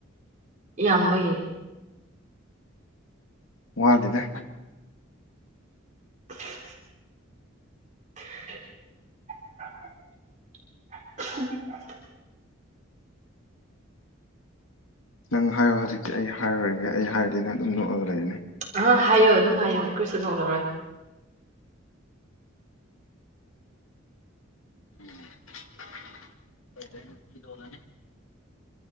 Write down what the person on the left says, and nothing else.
ꯋꯥꯗꯦꯗ
ꯅꯪ ꯍꯥꯏꯌ‌ꯣ ꯍꯧꯖꯤꯛꯇꯤ ꯑꯩ ꯍꯥꯏꯔꯔ‌ꯣꯏꯒꯦ ꯑꯩ ꯍꯥꯏꯔꯗꯤ ꯅꯪ ꯑꯗꯨꯝ ꯅꯣꯛꯑꯒ ꯂꯩ
<unintelligible>